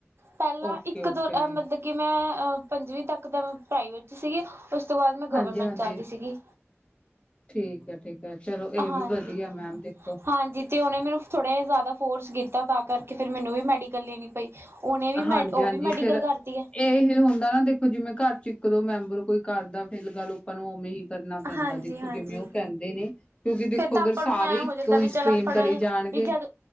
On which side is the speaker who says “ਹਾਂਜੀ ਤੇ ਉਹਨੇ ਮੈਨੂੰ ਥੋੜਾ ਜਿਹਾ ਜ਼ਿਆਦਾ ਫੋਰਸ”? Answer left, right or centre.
Right